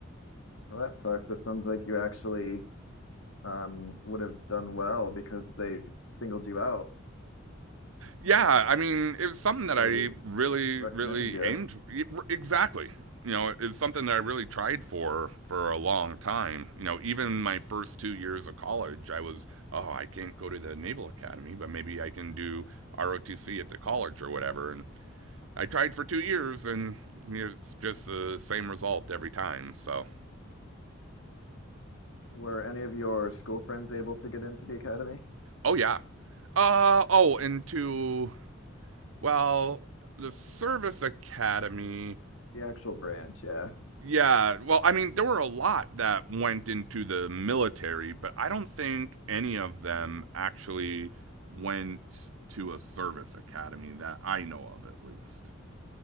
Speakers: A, on the left (about 90°); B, on the right (about 85°).
A: well, that sucks. It sounds like you actually um, would have done well because they singled you out.
B: yeah, I mean, it was something that
A: They
B: I really,
A: recommended
B: really
A: you.
B: aimed for. exactly. You know, it's something that I really tried for for a long time. You know, even my first two years of college, I was, oh, I can't go to the Naval Academy, but maybe I can do ROTC at the college or whatever. And I tried for two years, and it's just the same result every time. So,
A: Were any of your school friends able to get into the academy?
B: oh yeah. Uh oh, and to well, the Service Academy
A: The actual branch, yeah.
B: Yeah, well, I mean, there were a lot that went into the military, but I don't think any of them actually went to a service academy that I know of, at least.